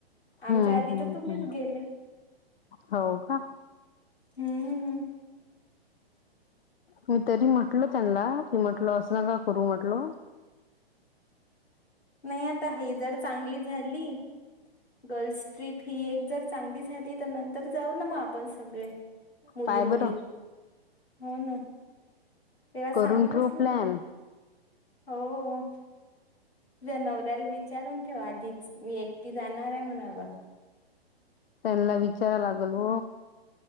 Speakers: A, on the left; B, on the left.
A: आमच्या
B: हम्म
A: आधी
B: हम्म
A: तर तुम्हीच
B: हम्म
A: गेले.
B: हो का.
A: हम्म हम्म.
B: मी तरी म्ह म्हटल त्यांना की म्हटल असं ना का करू म्हटल.
A: नाही आता ही जर चांगली झाली गल्स ट्रीप ही एक जर चांगली झाली तर नंतर जाऊ ना मग आपण सगळे मुली
B: पाय
A: मुली
B: बरं
A: हो ना. तेव्हा सांगलच
B: करून ठेव
A: मी
B: प्लॅन
A: तुला हो. तझ्या नवऱ्याला विचारून ठेव आधीच मी एकटी जाणार आहे म्हणा बाबा.
B: त्यांना विचारा लागल व.